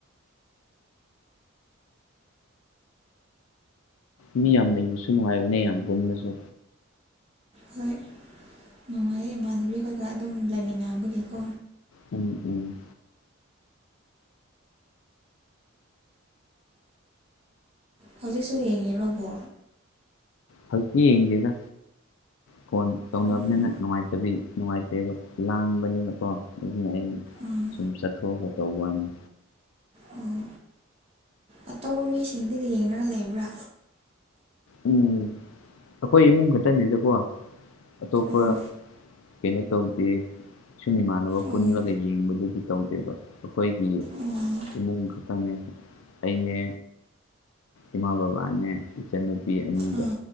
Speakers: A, on the left; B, on the right.
A: ꯃꯤ ꯌꯥꯝ ꯂꯩꯕꯁꯨꯅꯨꯡꯉꯥꯏꯕꯅꯦ ꯌꯥꯝ ꯄꯨꯟꯕꯁꯨ
B: ꯍꯣꯏ ꯅꯨꯡꯉꯥꯏꯌꯦ ꯏꯃꯥꯟꯗꯕꯤꯈꯣꯏꯒ ꯑꯗꯨꯝ ꯂꯩꯃꯤꯟꯅꯕꯒꯤꯀꯣ
A: ꯎꯝ ꯎꯝ
B: ꯍꯧꯖꯤꯛꯁꯨ ꯌꯦꯡꯉꯤꯔꯕꯣ
A: ꯍꯜꯀꯤꯤ ꯌꯦꯡꯗꯦꯗ ꯐꯣꯟ ꯇꯧꯅꯕꯅꯤꯅ
B: ꯎꯝ
A: ꯅꯨꯡꯉꯥꯏꯇꯕꯤ ꯅꯨꯡꯉꯥꯏꯇꯕ ꯂꯥꯡꯕꯅꯤꯅꯀꯣ ꯑꯗꯨꯅ ꯑꯩ
B: ꯎꯝ
A: ꯁꯨꯝ ꯆꯠꯊꯣꯛꯑꯒ ꯇꯧꯕꯅꯤ
B: ꯑꯣ ꯑꯇꯣꯞꯄ ꯃꯤꯁꯤꯡꯗꯨꯗꯤ ꯌꯦꯡꯉꯒ ꯂꯩꯕ꯭ꯔꯥ
A: ꯎꯝ ꯑꯩꯈꯣꯏ ꯏꯃꯨꯡ ꯈꯛꯇꯅꯤꯗꯀꯣ ꯑꯇꯣꯞꯄ
B: ꯎꯝ
A: ꯀꯩꯅ ꯇꯧꯗꯤ ꯁꯨꯝ ꯏꯃꯥꯟꯅꯕ ꯄꯨꯜꯂꯒ
B: ꯎꯝ
A: ꯌꯦꯡꯕꯗꯨꯗꯤ ꯇꯧꯗꯦꯕ ꯑꯩꯈꯣꯏꯒꯤ
B: ꯎꯝ
A: ꯏꯃꯨꯡ ꯈꯛꯇꯪꯅꯦ ꯑꯩꯅꯦ ꯏꯃꯥ ꯕꯕꯥꯅꯦ ꯏꯆꯟꯅꯨꯄꯤ ꯑꯅꯤꯒ
B: ꯎꯝ